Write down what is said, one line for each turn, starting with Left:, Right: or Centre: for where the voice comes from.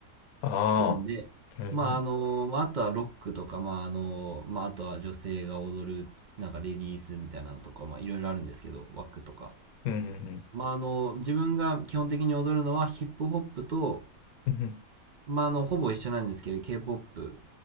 Left: あ
Right: するんで、
Left: あ、うん、
Right: まあ、あの、まあ、あとはロックとか、まあ、あの、まあ、あとは女性が踊る、なんかレディースみたいなのとか、まあ、いろいろあるんですけど、ワックとか。
Left: うん、うん、うん。
Right: まあ、あの、自分が基本的に踊るのはヒップホップと、
Left: うん
Right: まあ、あの、ほぼ一緒なんですけど、K-POP